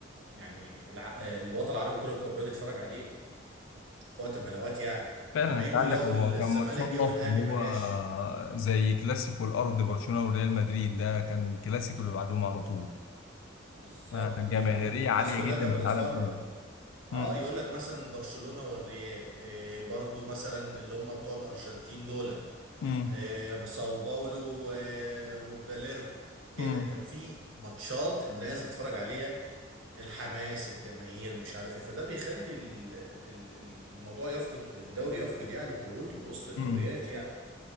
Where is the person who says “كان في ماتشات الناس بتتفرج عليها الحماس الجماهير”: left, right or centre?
Right